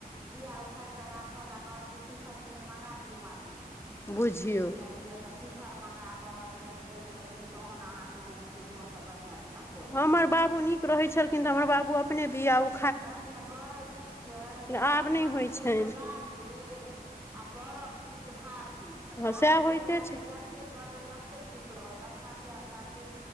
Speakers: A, on the right; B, on the left.
A: बिया उखैड़ कऽ राखत आ कहत कि शिखर पहिने मङ्गा दियौ मालिक।
B: बुझियौ
A: बुझलिय तऽ शि। शिखर मँगा कऽ जे दैय छथिन तहन अहाँ के ओ बुझियौ जोन सब बढ़ियां जेना। कऽ
B: हमर
A: दै छियै
B: बाबू नीक रहैय छलखिन तऽ हमर बाबू अपने बिया उ।
A: तैइ न कहैय नै छैय जे
B: आब
A: अपन
B: नहि होइ
A: पूत
B: छनि
A: लाते। आ परक पूत भाते तऽ
B: हँ
A: बाहर
B: सएह होइते
A: के वला
B: छै
A: के जत। जते करबै तते खुश रहत अपना धिया पुता के।